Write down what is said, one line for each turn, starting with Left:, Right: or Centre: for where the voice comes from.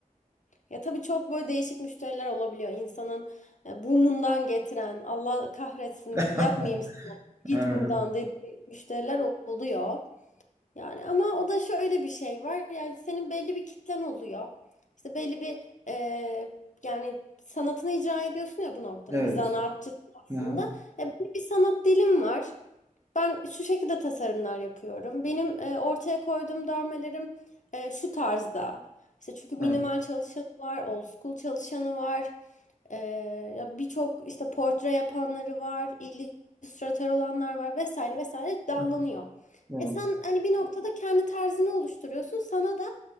Left: Ya tabii çok böyle değişik müşteriler olabiliyor. İnsanın e, burnundan getiren, Allah kahretsin
Right: <laughs>
Left: yapmayayım sana, git
Right: Hı.
Left: buradan dediği müşteriler oluyor. Yani ama o da şöyle bir şey var. Yani senin belli bir kitlen oluyor. İşte belli bir e, yani sanatını icra ediyorsun ya bu noktada.
Right: Evet.
Left: Bir zanaatçısın aslında.
Right: Hı hı.
Left: E, belli bir sanat dilin var. Ben şu şekilde tasarımlar yapıyorum. Benim e, ortaya koyduğum dövmelerim e, şu tarzda. İşte çünkü minimal
Right: Evet.
Left: çalışanı var, old school çalışanı var. E, ya birçok işte portre yapanları var, illüstratör olanlar var vesaire vesaire dallanıyor.
Right: Hı. Evet.
Left: E sen hani bir noktada kendi tarzını oluşturuyorsun. Sana da